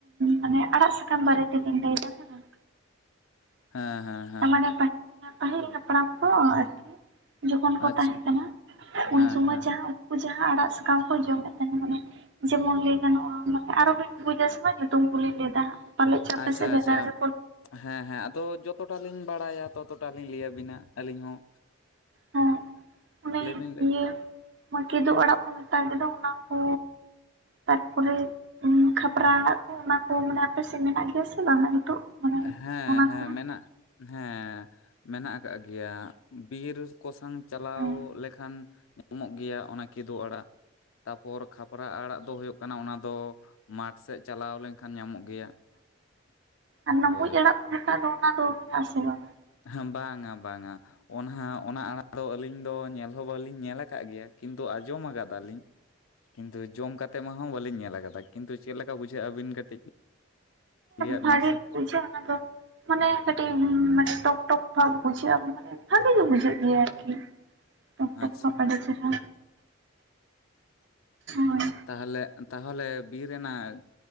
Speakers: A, on the right; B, on the left.
A: ᱢᱟᱱᱮ ᱟᱲᱟᱜ ᱥᱟᱠᱟᱢ ᱵᱟᱨᱮ ᱛᱮ ᱞᱤᱧ ᱞᱟᱹᱭᱫᱟ ᱦᱮᱸ ᱵᱟᱝ
B: <inaudible>
A: <unintelligible>
B: ᱦᱮᱸ ᱦᱮᱸ
A: ᱯᱟᱦᱤᱞ ᱦᱟᱯᱲᱟᱢ ᱠᱚ ᱟᱨᱠᱤ, ᱡᱚᱠᱷᱚᱱ ᱠᱚ
B: ᱟᱪᱪᱷᱟ
A: ᱛᱟᱦᱮᱸ ᱠᱟᱱᱟ ᱩᱱ
B: ᱦᱮᱸ
A: ᱥᱚᱢᱚᱭ
B: ᱦᱮᱸ
A: ᱡᱟᱦᱟᱸ ᱡᱟᱦᱟᱸ ᱟᱲᱟᱜ ᱥᱟᱠᱟᱢ ᱠᱚ ᱡᱚᱢ ᱮᱫ ᱛᱟᱦᱮᱱᱟ ᱢᱟᱱᱮ ᱡᱮ ᱢᱚᱱ ᱞᱟᱹᱭ ᱜᱟᱱᱚᱜᱼᱟ ᱢᱟᱱᱮ ᱟᱨᱚ ᱵᱤᱱ ᱵᱩᱡᱟ ᱥᱮ ᱵᱟᱝ ᱧᱩᱛᱩᱢ ᱠᱚ ᱞᱤᱧ ᱞᱟᱹᱭ ᱫᱟ ᱯᱟᱞᱮᱡ ᱪᱚ ᱟᱯᱮ
B: ᱟᱪᱪᱷᱟ
A: ᱥᱮᱫ ᱵᱷᱮᱜᱟᱨ
B: ᱟᱪᱪᱷᱟ
A: ᱜᱮᱠᱚ,
B: ᱦᱮᱸ ᱦᱮᱸ ᱟᱫᱚ ᱡᱚᱛᱚᱴᱟ ᱞᱤᱧ ᱵᱟᱲᱟᱭᱟ ᱛᱚᱛᱚᱴᱟ ᱞᱤᱧ ᱞᱟᱹᱭ ᱟᱹᱵᱤᱱᱟ ᱟᱹᱞᱤᱧ ᱦᱚᱸ
A: ᱦᱮᱸ ᱚᱱᱮ
B: ᱞᱟᱹᱭᱵᱤᱱ ᱞᱟᱹᱭ
A: ᱤᱭᱟᱹ ᱠᱮᱫᱳᱜ ᱟᱲᱟᱜ ᱠᱚ ᱢᱮᱛᱟᱜ ᱜᱮᱫᱚ ᱚᱱᱟ ᱠᱚ ᱛᱟᱨᱯᱚᱨᱮ ᱠᱷᱟᱯᱨᱟ ᱟᱲᱟᱜ ᱠᱚ ᱚᱱᱟ ᱠᱚ ᱢᱟᱱᱮ ᱟᱯᱮ ᱥᱮᱫ ᱢᱮᱱᱟᱜ ᱜᱮᱭᱟ ᱥᱮ ᱵᱟᱝᱼᱟ ᱱᱤᱛᱚᱜ? ᱢᱟᱱᱮ
B: ᱦᱮᱸ
A: ᱚᱱᱟ
B: ᱦᱮᱸ
A: ᱠᱚᱢᱟ
B: ᱢᱮᱱᱟᱜ᱾ ᱦᱮᱸ ᱢᱮᱱᱟᱜ ᱟᱠᱟᱜ ᱜᱮᱭᱟ ᱵᱤᱨ ᱠᱚ ᱥᱟᱝ ᱪᱟᱞᱟᱣ
A: ᱦᱮᱸ
B: ᱞᱮᱠᱷᱟᱱ ᱧᱟᱢᱚᱜ ᱜᱮᱭᱟ ᱚᱱᱟ ᱠᱮᱫᱳᱜ ᱟᱲᱟᱜ ᱛᱟ ᱯᱚᱨ ᱠᱷᱟᱯᱨᱟ ᱟᱲᱟᱜ ᱫᱚ ᱦᱳᱭᱳᱜ ᱠᱟᱱᱟ ᱚᱱᱟ ᱫᱚ ᱢᱟᱴ ᱥᱮᱫ ᱪᱟᱞᱟᱣ ᱞᱮᱱ ᱠᱷᱟᱱ ᱧᱟᱢᱚᱜ ᱜᱮᱭᱟ᱾
A: ᱚᱱᱟ
B: ᱦᱳᱭ
A: ᱢᱩᱸᱡᱽ ᱟᱲᱟᱜ ᱠᱚ ᱢᱮᱛᱟᱜ ᱫᱚ ᱚᱱᱟ ᱫᱚ ᱢᱮᱱᱟᱜᱼᱟ ᱥᱮ ᱵᱟᱝ?
B: ᱦᱮᱸ ᱵᱟᱝᱟ ᱵᱟᱝᱟ᱾ ᱚᱱᱦᱟ ᱚᱱᱟ ᱟᱲᱟᱝ ᱫᱚ ᱟᱹᱞᱤᱧ ᱫᱚ ᱧᱮᱞ ᱦᱚᱸ ᱵᱟᱞᱤᱧ ᱧᱮᱞ ᱟᱠᱟᱫ ᱜᱮᱭᱟ ᱠᱤᱱᱛᱩ ᱟᱸᱡᱚᱢ ᱟᱠᱟᱫᱟᱞᱤᱧ᱾ ᱠᱤᱱᱛᱩ ᱡᱚᱢ ᱠᱟᱛᱮ ᱢᱟ ᱦᱚᱸ ᱵᱟᱹᱞᱤᱧ ᱧᱮᱞ ᱟᱠᱟᱫᱟ᱾ ᱠᱤᱱᱛᱩ ᱪᱮᱫᱞᱮᱠᱟ ᱵᱩᱡᱷᱟᱹᱜᱼᱟ ᱟᱹᱵᱤᱱ ᱠᱟᱹᱴᱤᱡ ᱞᱟᱹᱭᱟᱜ
A: ᱵᱷᱟᱜᱤ
B: ᱵᱤᱱ ᱥᱮ
A: ᱵᱩᱡᱷᱟᱹᱜ ᱚᱱᱟ ᱫᱚ ᱢᱟᱱᱮ ᱠᱟᱹᱴᱤᱡ ᱢᱟᱱᱮ ᱴᱚᱠ ᱴᱚᱠ ᱵᱷᱟᱵ ᱵᱩᱡᱷᱟᱹᱜ ᱢᱟᱱᱮ᱾ ᱵᱷᱟᱜᱤ ᱜᱮ ᱵᱩᱡᱷᱟᱹᱜ ᱜᱮᱭᱟ ᱟᱨᱠᱤ ᱴᱚᱠ ᱴᱚᱠ
B: ᱟᱪᱪᱷᱟ
A: ᱠᱚ ᱟᱹᱰᱤ ᱪᱮᱦᱨᱟ᱾ ᱦᱳᱭ
B: ᱛᱟᱦᱞᱮ ᱛᱟᱦᱚᱞᱮ ᱵᱤᱨ ᱨᱮᱱᱟᱜ